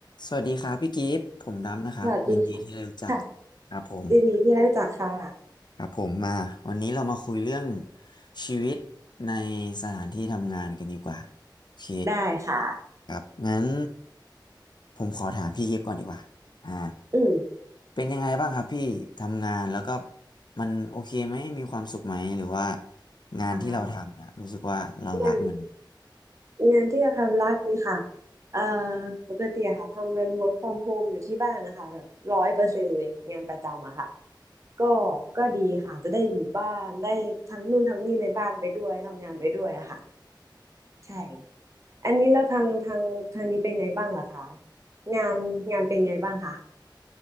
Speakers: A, on the left; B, on the right.
A: สวัสดีครับพี่กิฟต์ผมดำนะครับยินดีที่ได้รู้จัก
B: สวัสดีค่ะค่ะ
A: ครับผม
B: ยินดีที่ได้รู้จักค่ะ
A: ครับผมมาวันนี้เรามาคุยเรื่องชีวิตในสถานที่ทำงานกันดีกว่าโอเค
B: ได้ค่ะ
A: ครับงั้นผมขอถามพี่กิฟต์ก่อนดีกว่าอ่า
B: อืม
A: เป็นยังไงบ้างครับพี่ทำงานแล้วก็มันโอเคไหมมีความสุขไหมหรือว่างานที่เราทำเนี่ยรู้สึกว่าเรารักมัน
B: อ่างานงานที่จะทำรักดีค่ะเอ่อปกติอะค่ะทำเป็น work from home อยู่ที่บ้านนะคะแบบร้อยเปอร์เซ็นต์เลยงานประจำอะค่ะก็ก็ดีค่ะจะได้อยู่บ้านได้ทำนู่นทำนี่ในบ้านไปด้วยทำงานไปด้วยอะค่ะใช่อันนี้แล้วทางทางทางนี้เป็นไงบ้างล่ะคะงานงานเป็นไงบ้างคะ